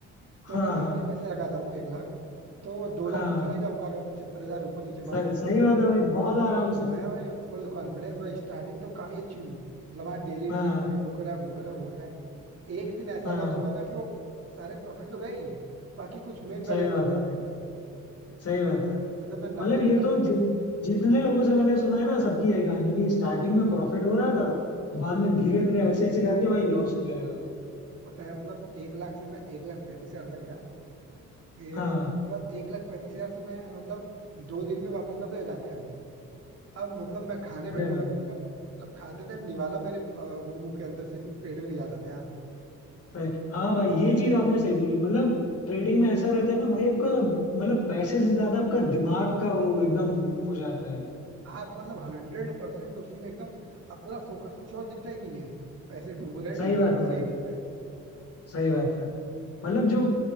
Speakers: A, on the right; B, on the left.
A: तो
B: हाँ
A: अगर मैं
B: हाँ
A: अपने पैसे लगाता हूँ एक लाख तो दो
B: हाँ
A: लाख तो चला ही जाऊंगा अगर पचहत्तर हजार ऊपर नीचे मान
B: सही
A: के
B: सही
A: चलो तो
B: बात है भाई बहुत आराम से
A: मैं भाई फुल कॉन्फिडेंस भाई स्टार्टिंग तो काफी अच्छी हुई मतलब हाँ डेली
B: हाँ
A: डेली प्रॉफिट बुक हो रहा है बुक हो रहा है बुक हो रहा है एक दिन ऐसा
B: हाँ
A: लॉस हुआ ना कि वो सारे प्रॉफिट तो गए ही बाकी कुछ मेन बैलेंस
B: सही बात
A: में,
B: है भाई सही बात है
A: मतलब मैं नब्बे
B: मतलब ये
A: हजार
B: तो
A: से
B: जि, जितने लोगों से मैंने सुना है ना सबकी यही कहानी कि स्टार्टिंग में प्रॉफिट हो रहा था और बाद में धीरे धीरे ऐसे ऐसे करके भाई लॉस होने लगा
A: पता है मतलब एक लाख से मैं एक लाख पैंतीस हजार तक गया फिर
B: हाँ
A: उसके बाद एक लाख पैंतीस हजार से मैं मतलब दो दिन में वापस नब्बे हजार पे आ गया अब मतलब मैं खाने
B: अरे
A: बैठू
B: भाई
A: भाई मेरा मतलब खाते टाइम निवाला मेरे अ, वो मुंह के अंदर से पेट में नहीं जाता था यार
B: सही- हाँ भाई
A: मुझ
B: ये चीज आपने सही बोली मतलब ट्रेडिंग में ऐसा रहता है ना भाई आपका मतलब पैसे से ज्यादा आपका दिमाग का वो एकदम हो जाता है
A: आप मतलब हंड्रेड परसेंट उसी में एकदम अब पूरा फोकस कुछ और दिखता ही नहीं है पैसे डूब रहे हैं
B: सही
A: डूब
B: बात
A: रहे हैं
B: है
A: बस
B: भाई
A: यही दिखता है
B: सही बात है मतलब जो